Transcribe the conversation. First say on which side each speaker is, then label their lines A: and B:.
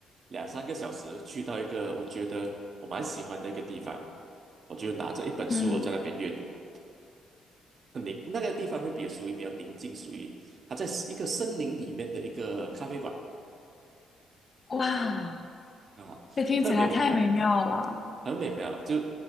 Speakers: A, on the right; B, on the left.
A: 两三个小时去到一个我觉得我蛮喜欢的一个地方，我就拿着一本书，
B: 嗯，
A: 我在那边阅读，很宁，那个地方会比较属于比较宁静，属于它在一个森林里面的一个咖啡馆
B: 哇，
A: 啊，
B: 这听起来太美妙了。
A: 特别美妙。很美妙，就